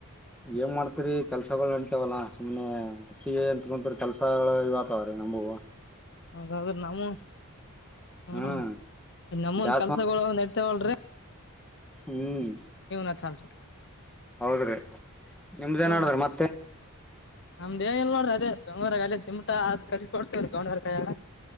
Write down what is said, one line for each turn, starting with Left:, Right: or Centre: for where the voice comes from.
Centre: ಏನ್ ಮಾಡ್ತರಿ ಕೆಲ್ಸಗಳು ನಡಿತವಲ್ಲಾ ಸುಮ್ನೆ ಅಂತ ಕುಂತ್ರೆ ಕೆಲ್ಸಗಳು ಇದಗ್ತಾವ್ ರೀ ನಮಗು.
Left: ಅಂದದ್ರಾ ನಮ್ ಹ್ಮ
Centre: ಹ್ಮ್
Left: ನಮ್ಮ
Centre: ಜಾಸ್ತಿ
Left: ಒಂದ್ ಕೆಲ್ಸಗುಳು ಒಂದ್ ನೆಡ್ತೇವಲ್ರಿ.
Centre: ಹ್ಮ್
Left: ಹಚ್ಚಲ್ರಿ
Centre: ಹೌದ್ರೀ ನಿಮ್ದೇ
Left: ಹಾ
Centre: ಏನ್ ನೆಡದದ ಮತ್ತೆ.
Left: ನಮ್ದ ಏನ್ ಇಲ್ಲ ನೋಡ್ರಿ ಅದೇ ಬೆಂಗಳೂರಗ ಅಲ್ಲ ಸಿಮಟಾ ಅದೇ ಕಲ್ಸ ಕೊಡ್ತೇವ್ರಿ ಗೌಂಡರ ಕೈಯಾಗ.